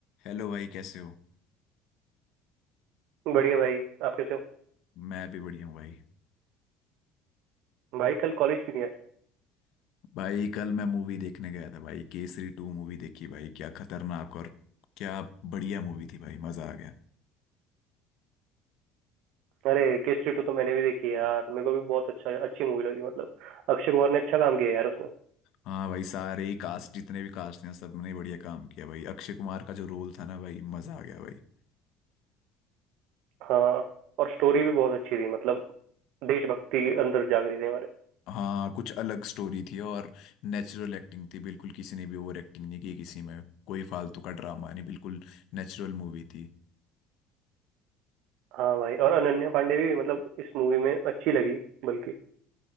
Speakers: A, on the left; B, on the right.
A: हेलो भाई कैसे हो
B: बढ़िया भाई आप कैसे हो
A: मैं भी बढ़िया हूँ भाई
B: भाई कल कॉलेज क्यों नहीं आए
A: भाई कल मैं मूवी देखने गया था भाई केसरी टू मूवी देखी भाई क्या खतरनाक और क्या बढ़िया मूवी थी भाई मजा आ गया
B: अरे केसरी टू तो मैंने भी देखी है यार मेरे को भी बहुत अच्छा अच्छी मूवी लगी मतलब अक्षय कुमार ने अच्छा काम किया यार उसमें
A: हाँ भाई सारे ही कास्ट जितने भी कास्ट हैं सबने बढ़िया काम किया भाई अक्षय कुमार का जो रोल था ना भाई मजा आ गया भाई
B: हाँ और स्टोरी भी बहुत अच्छी थी मतलब देशभक्ति के अंदर जाग रही थी हमारे
A: हाँ कुछ अलग स्टोरी थी और नेचुरल एक्टिंग थी बिल्कुल किसी ने भी ओवर एक्टिंग नहीं की किसी में कोई फालतू का ड्रामा नहीं बिल्कुल नेचुरल मूवी थी
B: हाँ भाई और अनन्या पांडे भी मतलब इस मूवी में अच्छी लगी बल्कि